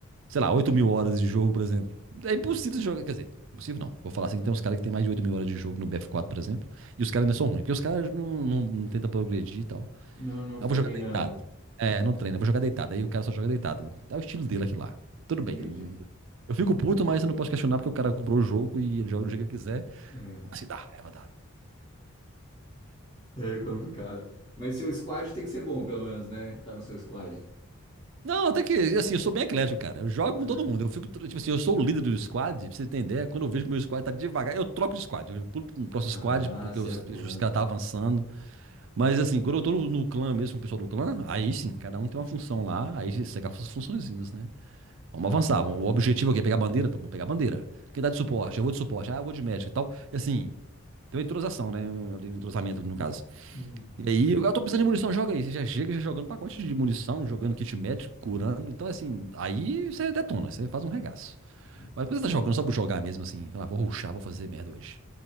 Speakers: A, on the right; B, on the left.
A: sei lá, oito mil horas de jogo, por exemplo. É impossível você jogar, quer dizer, impossível não. Vou falar assim, tem uns caras que tem mais de oito mil horas de jogo no BF4, por exemplo, e os
B: Hum.
A: caras ainda são ruins, porque os caras não, não, não tentam progredir e tal.
B: Não, não
A: Eu
B: fica
A: vou jogar
B: treinando.
A: deitado. É, não treina, eu vou jogar deitado. Aí o cara só joga deitado. É o estilo dele aqui lá. Tudo bem.
B: Entendi.
A: eu- Eu fico puto, mas eu não posso questionar porque o cara comprou o jogo e ele joga do jeito que ele quiser.
B: É,
A: Mas se dá raiva, dá.
B: é complicado. Mas seu squad tem que ser bom, pelo menos, né? Tá no seu squad.
A: Não, até que, assim, eu sou bem eclético, cara. Eu jogo
B: Ah,
A: com todo mundo. Eu fico, tipo assim, eu sou o líder do squad, pra você entender. Quando eu vejo que meu squad tá devagar, eu troco de squad. Eu pulo pro próximo
B: ah,
A: squad, porque
B: você
A: os,
B: é pulando.
A: os caras tá avançando. Mas, assim, quando eu tô no, no clã mesmo, com o pessoal do clã, aí sim,
B: Hum,
A: cada um tem uma função lá. Aí você segue as funçõezinhas, né? Vamos
B: Da
A: avançar.
B: hora.
A: vamos- O objetivo é o quê? Pegar a bandeira? Então, vamos pegar a bandeira. Quem dá de suporte? Eu vou de suporte. Ah, eu vou de médico e tal. E assim, tem uma entrosação, né? Um, ali, um entrosamento ali, no caso.
B: Uhum,
A: E aí, eu, eu tô precisando de munição, joga aí. Você já chega já jogando pacote de munição, jogando kit médico, curando. Então, assim, aí você detona, você faz um regaço.
B: imagino.
A: Mas quando você tá jogando só por jogar mesmo, assim, fala, vou ruxar, vou fazer merda hoje.